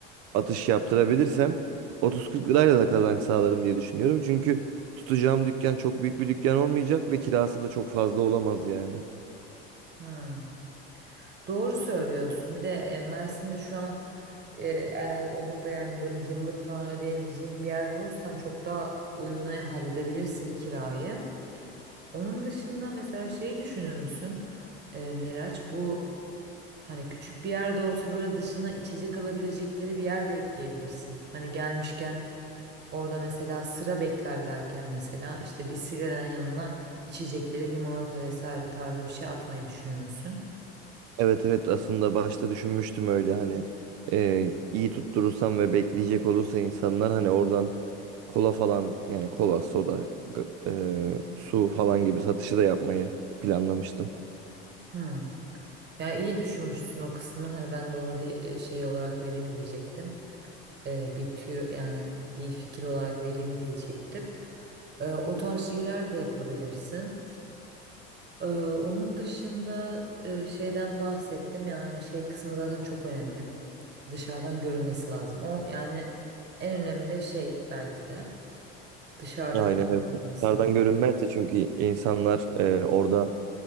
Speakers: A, on the right; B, on the right.
A: atış yaptırabilirsem 30-40 lirayla da kazanç sağlarım diye düşünüyorum. Çünkü tutacağım dükkan çok büyük bir dükkan olmayacak ve kirası da çok fazla olamaz yani.
B: hmm, doğru söylüyorsun bir de e, Mersin'de şu an e, eğer olur da yani böyle yıllık falan ödeyebileceğin bir yer bulursan çok daha uyguna halledebilirsin kirayı. Onun dışında mesela şey düşünür müsün? Ee, Miraç bu hani küçük bir yerde olsa böyle dışına içecek alabilecekleri bir yer de ekleyebilirsin. Hani gelmişken orada mesela sıra beklerlerken mesela işte bir sigaranın yanına içecekleri limonata vesaire tarzı bir şey atmayı düşünür müsün?
A: Evet evet aslında başta düşünmüştüm öyle hani e, iyi tutturursam ve bekleyecek olursa insanlar hani oradan kola falan yani kola, soda, g- e, su falan gibi satışı da yapmayı planlamıştım.
B: Hmm. Ya iyi düşünmüşsün o kısmı. Hani ben de onu bir e, şey olarak vereyim diyecektim. Ee, bir tüyo yani bir fikir olarak vereyim diyecektim. Ee, o tarz şeyler de yapabilirsin. Ee, onun dışında e, şeyden bahsettim yani şey kısmı zaten çok önemli. Dışarıdan görünmesi lazım. O yani en önemli şey belki de dışarıdan
A: Aynen
B: görünmesi.
A: öyle. Dışarıdan görünmezse çünkü insanlar e, orada